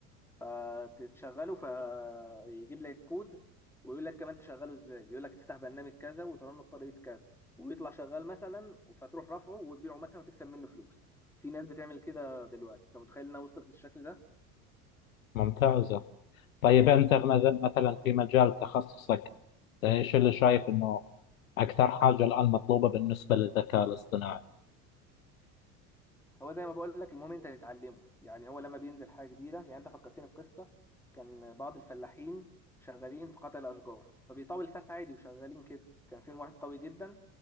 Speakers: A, in the centre; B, on the left.
A: فتشغله فيجيب لك الكود ويقول لك كمان تشغله ازاي يقول لك تفتح برنامج كذا وترنه بطريقه كذا ويطلع شغال مثلا فتروح رافعه وتبيعه مثلا وتكسب منه فلوس في ناس بتعمل كده دلوقتي انت متخيل انها وصلت للشكل ده
B: ممتازه طيب انت مثلا مثلاً في مجال تخصصك ايش اللي شايف انه اكثر حاجه الان مطلوبه بالنسبه للذكاء الاصطناعي
A: هو زي ما بقول لك المهم انت تتعلمه يعني هو لما بينزل حاجه جديده يعني انت فكرتني بقصه كان بعض الفلاحين شغالين في قطع الاشجار فبيطاول فاس عادي وشغالين كده كان فيهم واحد قوي جدا